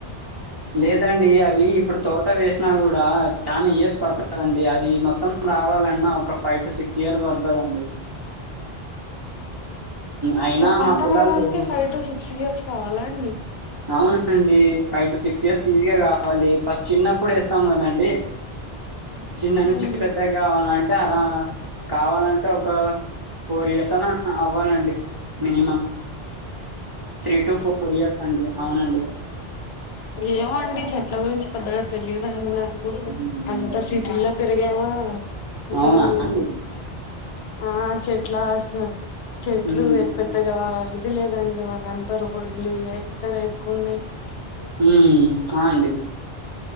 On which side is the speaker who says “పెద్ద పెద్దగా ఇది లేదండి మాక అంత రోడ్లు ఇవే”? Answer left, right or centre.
Left